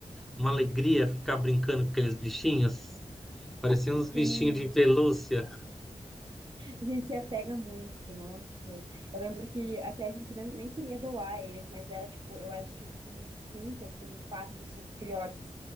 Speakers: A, in the centre; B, on the right.
A: uma alegria ficar brincando com aqueles bichinhos. Pareciam uns bichinhos
B: Sim.
A: de pelúcia.
B: A gente se apega muito, nossa. Eu lembro que até a gente nem nem queria doar eles, mas era tipo, eu acho que uns cinco, assim, quatro, cinco filhotes.